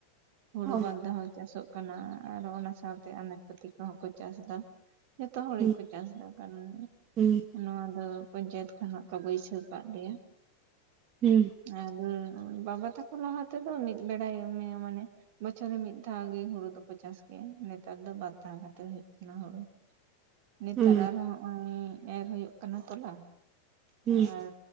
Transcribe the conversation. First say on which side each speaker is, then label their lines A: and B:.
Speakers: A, on the right (about 50°); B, on the right (about 30°).
A: ᱦᱳᱲᱳ
B: ᱚ
A: ᱵᱟᱨ ᱫᱷᱟᱣ ᱦᱚᱸ ᱪᱟᱥᱚᱜ ᱠᱟᱱᱟ ᱟᱨᱚ ᱚᱱᱟ ᱥᱟᱶᱛᱮ ᱟᱱᱟᱡᱽ ᱯᱟᱹᱛᱤ ᱠᱚᱦᱚᱸ ᱠᱚ ᱪᱟᱥ ᱫᱟ ᱡᱚᱛᱚ ᱦᱚᱲ
B: ᱦᱩᱸ
A: ᱜᱮᱠᱚ ᱪᱟᱥᱫᱟ ᱠᱟᱨᱚᱱ
B: ᱦᱩᱸ
A: ᱱᱚᱣᱟ ᱫᱚ ᱯᱚᱧᱪᱟᱭᱮᱛ ᱠᱷᱚᱱᱟᱜ ᱠᱚ ᱵᱟᱹᱭᱥᱟᱹᱣ ᱠᱟᱫ ᱞᱮᱭᱟ ᱾
B: ᱦᱮᱸ
A: ᱟᱨ <unintelligible> ᱵᱟᱵᱟ ᱛᱟᱠᱚ ᱞᱟᱦᱟ ᱛᱮᱫᱚ ᱢᱤᱫ ᱵᱮᱲᱟᱭ <unintelligible> ᱢᱟᱱᱮ ᱵᱚᱪᱷᱚᱨ ᱨᱮ ᱢᱤᱫ ᱫᱷᱟᱹᱣ ᱜᱮ ᱦᱩᱸᱲᱩ ᱫᱚᱠᱚ ᱪᱟᱥ ᱠᱮᱭᱟ ᱱᱮᱛᱟᱨ ᱫᱚ ᱵᱟᱨ ᱫᱷᱟᱹᱣ ᱠᱟᱛᱮ ᱦᱩᱭᱩᱜ ᱠᱟᱱᱟ ᱦᱩᱸᱲᱩ ᱾ ᱱᱮᱛᱟᱨ
B: ᱦᱩᱸ
A: ᱟᱨᱦᱚᱸ ᱦᱚᱸᱜᱼᱚᱭ ᱮᱨ ᱦᱩᱭᱩᱜ ᱠᱟᱱᱟ ᱛᱚᱞᱟ
B: ᱦᱩᱸ
A: ᱟᱨ